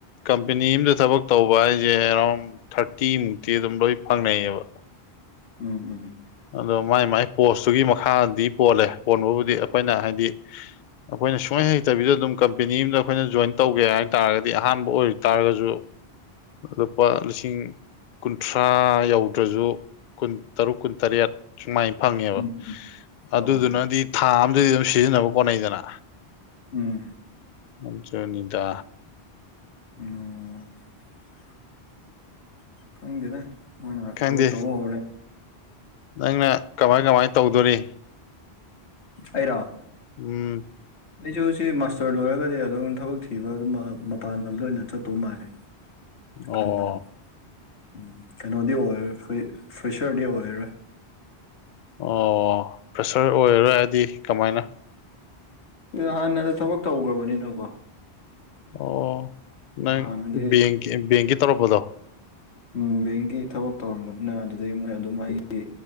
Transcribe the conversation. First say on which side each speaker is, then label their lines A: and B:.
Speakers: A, on the left; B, on the left.
A: ꯀꯝꯄꯦꯅꯤ ꯑꯃꯝꯗ ꯊꯕꯛ ꯇꯧꯕ ꯍꯥꯏꯁꯦ ꯑꯦꯔꯥꯎꯟ ꯊꯥꯔꯇꯤ ꯃꯨꯛꯇꯤ ꯑꯗꯨꯝ ꯂꯣꯏ ꯐꯪ ꯐꯪꯅꯌꯦꯑꯕ
B: ꯎꯝ ꯎꯝ
A: ꯑꯗꯣ ꯃꯥꯏ ꯃꯥꯏ ꯄꯣꯁꯇꯨꯒꯤ ꯃꯈꯥꯗꯤ ꯄꯣꯜꯂꯦ ꯄꯣꯟꯕꯕꯨꯗꯤ ꯑꯩꯈꯣꯏꯅ ꯍꯥꯏꯗꯤ ꯑꯩꯈꯣꯏꯅ ꯁꯨꯡꯃꯥꯏꯅ ꯍꯩꯇꯕꯤꯗ ꯑꯗꯨꯝ ꯀꯝꯄꯦꯅꯤ ꯑ ꯑꯃꯗ ꯑꯩꯈꯣꯏꯅ ꯖꯣꯏꯟ ꯇꯧꯒꯦ ꯍꯥꯏ ꯇꯥꯔꯒꯗꯤ ꯑꯍꯥꯟꯕ ꯑꯣꯏꯛ ꯇꯥꯔꯒꯁꯨ ꯂꯨꯄꯥ ꯂꯤꯁꯤꯡ ꯀꯨꯟꯊ꯭ꯔꯥ ꯌꯧꯗ꯭ꯔꯁꯨ ꯀꯨꯟ ꯇꯔꯨꯛ ꯀꯨꯟ ꯇꯔꯦꯠ ꯁꯨꯃꯥꯏꯅ ꯐꯪꯉꯦꯕ
B: ꯎꯝ
A: ꯑꯗꯨꯗꯨꯅꯗꯤ
B: ꯍꯣꯏ ꯍꯣꯏ
A: ꯊꯥ ꯑꯗꯗꯤ ꯑꯗꯨ ꯁꯤꯖꯤꯟꯅꯕ ꯀꯣꯠꯅꯩꯗꯅ
B: ꯎꯝ
A: ꯑꯗꯨꯅꯤꯗ
B: ꯑꯣ ꯈꯪꯗꯦꯗ ꯃꯣꯏꯅ
A: ꯈꯪꯗꯦ
B: ꯊꯕꯛ ꯇꯧꯕ ꯍꯧꯔꯦ
A: ꯅꯪꯅ ꯀꯃꯥꯏ ꯀꯃꯥꯏ ꯇꯧꯗꯣꯔꯤ
B: ꯑꯩꯔ
A: ꯎꯝ
B: ꯑꯩꯁꯨ ꯁꯤ ꯃꯥꯁꯇꯔ ꯂꯣꯏꯔꯒꯗꯤ ꯑꯗꯨꯝ ꯊꯕꯛ ꯊꯤꯕ ꯑꯗꯨꯝ ꯃꯄꯥꯟ ꯂꯝꯗ ꯑꯣꯏꯅ ꯆꯠꯇꯧ ꯃꯥꯜꯂꯦ
A: ꯑꯣ
B: ꯈꯟꯕꯗ ꯎꯝ ꯀꯩꯅꯣꯗꯤ ꯑꯣꯏꯔ ꯐ ꯐ꯭ꯔꯦꯁꯔꯗꯤ ꯑꯣꯏꯔꯣꯏ
A: ꯑꯣ ꯄ꯭ꯔꯦꯁꯔ ꯑꯣꯏꯔꯔꯣꯏꯗꯤ ꯀꯃꯥꯏꯅ
B: ꯁꯤ ꯍꯥꯟꯅꯗꯤ ꯊꯕꯛ ꯇꯧꯈ꯭ꯔꯕꯅꯤꯅꯀꯣ
A: ꯑꯣ ꯅꯪ
B: ꯍꯥꯟꯅꯗꯤ
A: ꯕꯦꯡꯀꯤ ꯕꯦꯡꯀꯤ ꯇꯧꯔꯛꯄꯗꯣ
B: ꯎ ꯕꯦꯡꯒꯤ ꯊꯕꯛ ꯇꯧꯔꯝꯕꯗꯨꯅ ꯑꯗꯨꯩ ꯃꯣꯏ ꯑꯗꯨꯝ ꯑꯩꯒꯤ